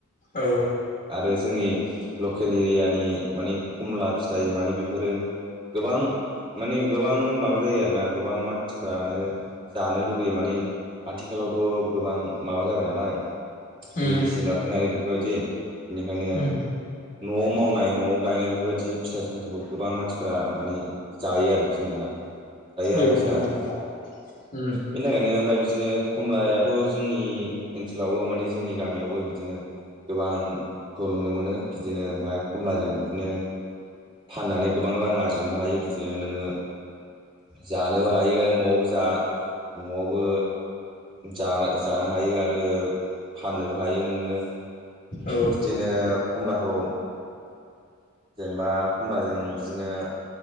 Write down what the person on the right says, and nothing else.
आरो जोंनि लकेल एरियानि मानि खमला फिथाइ माने बेफोरो गोबां माने गोबां माबा जायो आरोना गोबां मानसिफ्रानो जानो लुगैयो माने आथिखालावथ' गोबां माबा जाबाय नालाय
मेडिसिन रासायनारि बेफोरबायदि बेनिखायनो
न'आव मावनाय न'आव गायनाय बेफोरबायदि फिथाइ सामथायाइखौ गोबां मानसिफोरा माने जायो आरोखि नों दायो आरोखि
ना
बेनि थाखायनो ओमफ्राय बिदिनो खमलायाथ' जोंनि ओनसोलावबो माने जोंनि गामियावबो बिदिनो गोबांखौ नुनो मोनो बिदिनो ओमफफ्राय खमलाजों बिदिनो फाननानै गोबां रां आरजिनोबो हायो बिदिनो नोङो जानोबो हायो न'आवबो जा न'आवबो जा जानो हायो आरो फाननोबो हायो नोङो
बिदिनो खमलाखौ जेनेबा खमब्लाजों बिदिनो